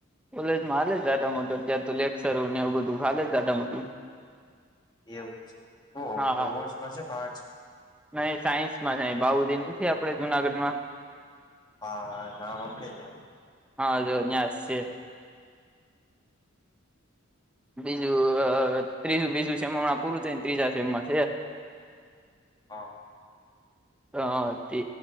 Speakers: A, in the centre; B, on the left (about 20°).
A: કોલેજ માં હાલે જ જાદ મોટો ત્યાં તો લેક્ચર ને એવું બધું હાલે જાદ મોટું.
B: એવું છ હ
A: હા
B: કોમર્સપાસે આર્ટ
A: નહી સાયન્સ માં થાય બાઉુદી નથી આપડે જુનાગઢ માં
B: હા હા <unintelligible>
A: હા તો છે. બીજું ત્રીજું બીજું સેમ પૂરું થને ત્રીજા સેમમાં છે.
B: હા
A: હ તે